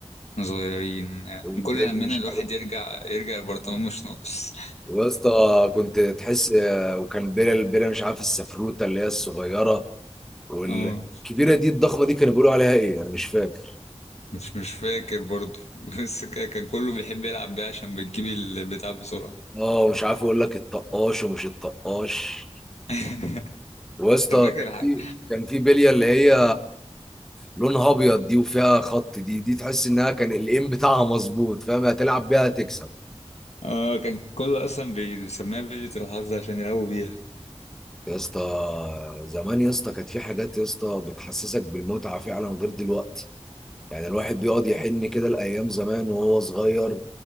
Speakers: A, on the left; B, in the centre.
A: صغيرين يعني
B: والبالي
A: كل همنا
B: مش
A: الواحد يرجع يرجع البرطمان
B: عارف
A: مش ناقص
B: ويا اسطى كنت تحس وكان بيرة البيرة مش عارف السفروتة اللي هي الصغيرة والكبيرة
A: اه
B: دي الضخمة دي كانوا بيقولوا عليها ايه انا مش فاكر
A: مش مش فاكر برضو <laughs> بس ك- كان كله بيحب يلعب بيها عشان بتجيب البتاع بسرعة
B: اه مش عارف اقول لك الطقاش ومش الطقاش
A: <laughs>
B: ويا اسطى
A: انت فاكر
B: كان
A: حاجة
B: في كان في بلية اللي هي لونها ابيض دي وفيها خط دي دي تحس انها كان الايم بتاعها مظبوط فاهم هتلعب بيها هتكسب
A: اه كان كله اصلا بيسميها بيجة الحظ عشان يلعبوا بيها
B: يا اسطى زمان يا اسطى كانت في حاجات يا اسطى بتحسسك بالمتعة فعلا غير دلوقتي يعني الواحد بيقعد يحن كده لأيام زمان وهو صغير